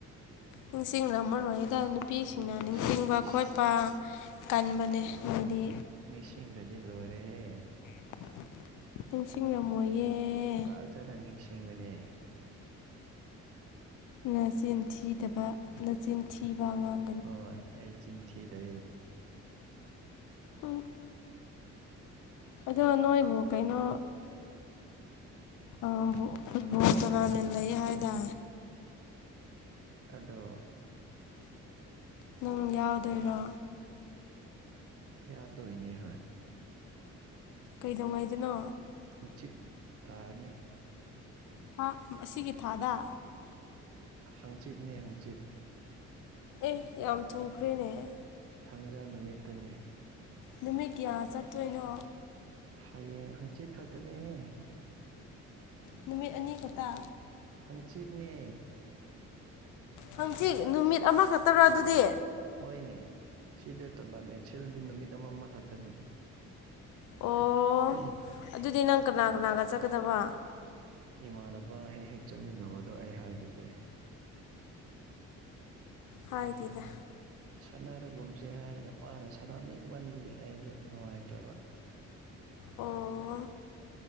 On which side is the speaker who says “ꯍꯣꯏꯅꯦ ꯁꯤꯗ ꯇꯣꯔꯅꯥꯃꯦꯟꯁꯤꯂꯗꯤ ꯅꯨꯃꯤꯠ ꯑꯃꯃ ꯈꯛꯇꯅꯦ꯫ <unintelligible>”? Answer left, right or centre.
Right